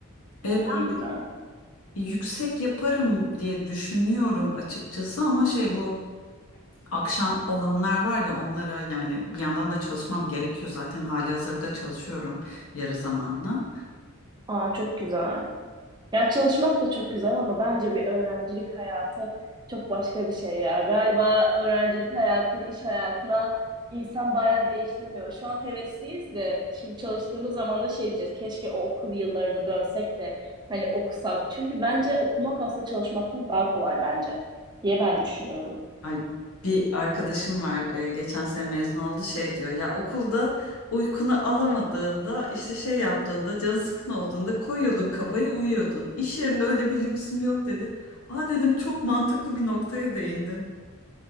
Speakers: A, on the right; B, on the left.
A: Hmm,
B: E, ben
A: ne güzel.
B: de yüksek yaparım diye düşünüyorum açıkçası ama şey bu akşam olanlar var ya onlara yani bir yandan da çalışmam gerekiyor zaten halihazırda çalışıyorum yarı zamanlı.
A: Aa çok güzel. Ya çalışmak da çok güzel ama bence bir öğrencilik hayatı çok başka bir şey ya. Galiba öğrencilik hayatını iş hayatına insan bayağı değiştiremiyor. Şu an hevesliyiz de şimdi çalıştığımız zaman da şey diyeceğiz. Keşke o okul yıllarına dönsek de hani okusak. Çünkü bence okumak aslında çalışmaktan daha kolay bence diye ben düşünüyorum.
B: Ay, bir arkadaşım var e, geçen sene mezun oldu şey diyor ya okulda uykunu alamadığında işte şey yaptığında canı sıkkın olduğunda koyuyordun kafayı uyuyordun iş yerinde öyle bir lüksüm yok dedi. Aa dedim çok mantıklı bir noktaya değindin.